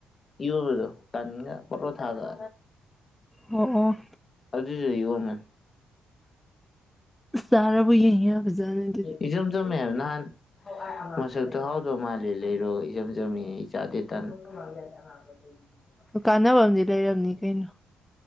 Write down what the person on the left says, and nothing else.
ꯌꯣꯟꯕꯗꯣ ꯇꯟ ꯄꯔ ꯊꯥꯒ
ꯑꯗꯨꯏꯗꯨ ꯌꯣꯟ ꯃ
ꯏꯆꯝ ꯆꯨꯝꯃ‌ꯦ ꯅꯍꯥꯟ ꯃꯁꯛꯇꯣ ꯍꯥꯎꯗꯧ ꯃꯥꯜꯂꯦ ꯂꯩꯔꯣꯒ ꯏꯆꯝ ꯆꯝꯃꯤ ꯑꯩ ꯆꯥꯗꯦ ꯇꯟ <unintelligible>